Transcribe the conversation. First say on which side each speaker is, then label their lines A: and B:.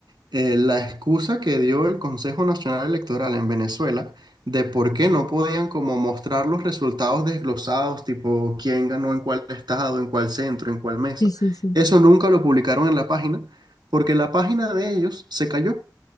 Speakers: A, on the right; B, on the left.
A: eh, la excusa que dio el Consejo Nacional Electoral en Venezuela de por qué no podían como mostrar los resultados desglosados, tipo quién ganó en cuál estado, en cuál centro, en cuál mesa,
B: Sí, sí, sí.
A: eso nunca lo publicaron en la página, porque la página de ellos se cayó